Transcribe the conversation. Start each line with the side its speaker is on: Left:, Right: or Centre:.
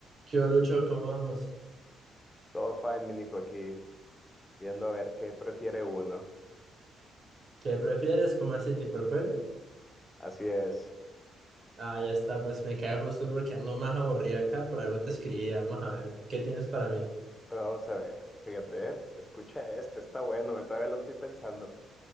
Right: ¿Qué hubo, Lucho? ¿Cómo vamos?
Left: Todo fine, mi Nico, aquí, viendo a ver qué prefiere uno.
Right: ¿Qué prefieres? ¿Cómo así tipo el juego?
Left: Así es.
Right: Ah, ya está, pues me cae justo porque ando más aburrido acá, por algo te escribí, vamos a ver, ¿qué tienes para mí?
Left: Vamos a ver, fíjate, eh, Escucha este, está bueno, eh, todavía lo estoy pensando.